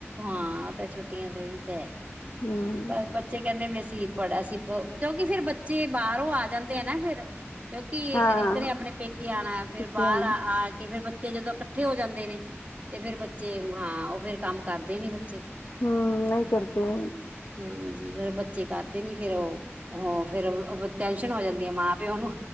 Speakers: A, on the right; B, on the left.
A: ਹਾਂ ਉਹ ਤੇ ਛੁੱਟਿਆਂ ਦੇ, ਔ ਵੀ ਤੇ ਹੈ,
B: ਹਮ
A: ਪਰ ਬੱਚੇ ਕਹਿੰਦੇ ਵੀ ਸੀਂ, ਪੜਾ ਅਸੀ, ਕਿਉਂਕਿ ਫਿਰ ਬੱਚੇ ਬਾਹਰੋਂ ਆ ਜਾਂਦੇ ਆ ਨਾ ਫੇਰ, ਕਿਉਂਕਿ
B: ਹਾਂ
A: ਹਰ ਏਕ ਨੇ ਆਪਣੇ ਪੇਕੇ ਆਉਣਾ, ਫੇਰ
B: ਹਾਂ
A: ਬਾਹਰ ਆ ਕੇ, ਫੇਰ ਤੇ ਜਦੋਂ ਇਕੱਠੇ ਹੋ ਜਾਂਦੇ ਨੇ, ਤੇ ਫੇਰ ਬੱਚੇ, ਹਾਂ ਉਹ ਫੇਰ ਕੰਮ ਕਰਦੇ ਨੀ ਬੱਚੇ।
B: ਹੂ ਨਹੀਂ ਕਰਦੇ
A: ਹਾਂਜੀ ਫੇਰ ਬੱਚੇ ਕਰਦੇ ਨੀ, ਫੇਰ ਉਹ ਹੋ, ਫਿਰ ਟੈਨਸ਼ਨ ਹੋ ਜਾਂਦੀ ਆ ਮਾਂ ਪਿਓ ਨੂੰ,